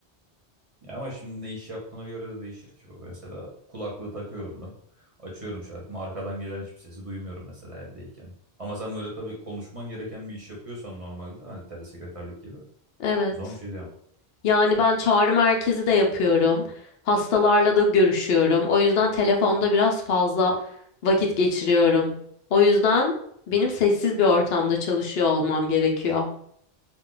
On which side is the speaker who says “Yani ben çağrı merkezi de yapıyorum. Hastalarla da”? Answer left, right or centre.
Left